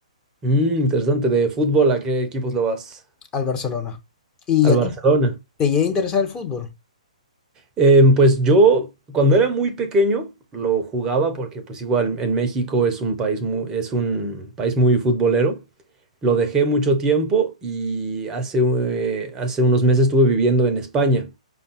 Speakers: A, on the right; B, on the left.
A: Mm, interesante, de fútbol, ¿a qué equipos le vas?
B: al Barcelona. ¿Y
A: Al
B: a
A: Barcelona.
B: ti? ¿Te llega a interesar el fútbol?
A: Em, pues yo, cuando era muy pequeño, lo jugaba porque pues igual en México es un país muy, es un país muy futbolero. Lo dejé mucho tiempo y hace, eh, hace unos meses estuve viviendo en España.